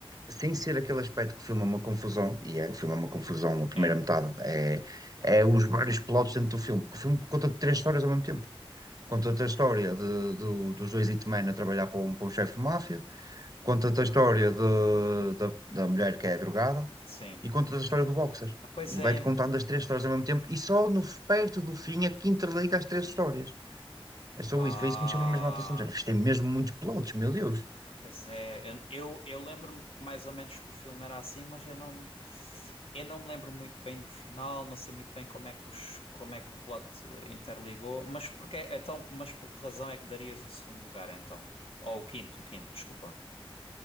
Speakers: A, on the right; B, on the left.
A: sem ser aquele aspecto que o filme é uma confusão, e é, o filme é uma confusão, a primeira
B: É.
A: metade, é, é os vários plotos dentro do filme, porque o filme conta três histórias ao mesmo tempo. Conta-te a história de- do- dos dois hitmen a trabalhar para um, para um chefe de máfia, conta-te a história de- da, da mulher que é drogada,
B: Sim.
A: e conta-te a história do boxer.
B: Ah, pois
A: E
B: é.
A: vai-te contando as três histórias ao mesmo tempo, e só no, perto do fim é que interliga as três histórias. É só
B: Ah.
A: isso, foi isso que me chamou mesmo a atenção. Já género, tem mesmo muitos plots, meu Deus.
B: Ah, pois é, eu, eu, eu lembro-me mais ou menos que o filme era assim, mas eu não, me- eu não me lembro muito bem do final, não sei muito bem como é que os, como é que o plot eh, interligou, mas porque, então, mas por que razão é que darias o segundo lugar então? Ou o quinto, o quinto, desculpa.